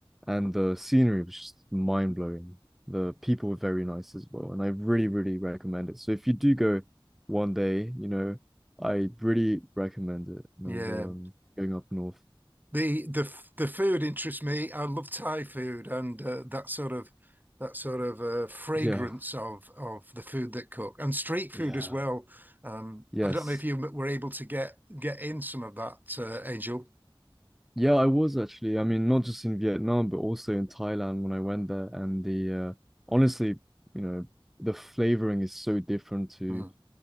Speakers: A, in the centre; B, on the right.
A: and the scenery was just mind blowing. The people were very nice as well, and I really, really recommend it. So if you do go one day, you know, I really recommend it. You know,
B: Yeah.
A: the um, going up north.
B: the the the food interests me. I love Thai food and uh, that sort of that sort of uh, fragrance
A: Yeah.
B: of of the food that cook and street food
A: Yeah.
B: as well. Um,
A: Yes.
B: I don't know if you were able to get get in some of that, uh, Angel.
A: Yeah, I was actually. I mean, not just in Vietnam, but also in Thailand when I went there. And the uh, honestly, you know, the flavoring is so different to, you
B: Mm,